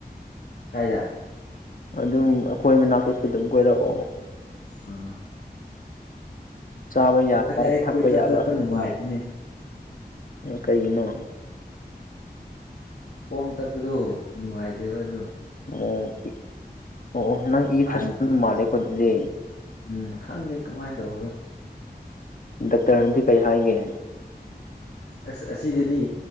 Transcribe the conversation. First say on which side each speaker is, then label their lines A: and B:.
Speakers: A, on the left (about 75°); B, on the left (about 55°).
A: ꯀꯥꯏꯗ
B: ꯑꯗꯨꯝ ꯑꯩꯈꯣꯏ ꯃꯅꯥꯛꯇꯁꯨ ꯑꯗꯨꯝ ꯀꯣꯏꯔꯛꯑꯣ
A: ꯑ
B: ꯆꯥꯕ ꯌꯥꯕ
A: ꯑꯩ
B: ꯊꯛꯄ
A: ꯀꯣꯏꯆꯠ
B: ꯌꯥꯕ
A: ꯆꯠꯄ ꯅꯨꯡꯉꯥꯏꯇꯦꯅꯦ
B: ꯀꯩꯒꯤꯅꯣ
A: ꯈꯣꯡ ꯆꯠꯄꯗꯨꯣ ꯅꯨꯡꯉꯥꯏꯇꯦ ꯍꯣꯏ ꯑꯗꯣ
B: ꯑꯣ ꯑꯣ ꯑꯣ ꯅꯪ ꯏ
A: ꯍꯥꯟꯅ
B: ꯐꯁ ꯃꯥꯂꯀ ꯑꯗꯨꯗꯤ
A: ꯎꯝ ꯈꯪꯗꯦ ꯀꯃꯥꯏꯅ ꯇꯧꯕꯔꯣ
B: ꯗꯥꯛꯇꯔ ꯔꯟꯖꯤ ꯀ ꯏꯍꯏꯒ
A: ꯑꯁ ꯑꯁꯤꯗꯗꯤ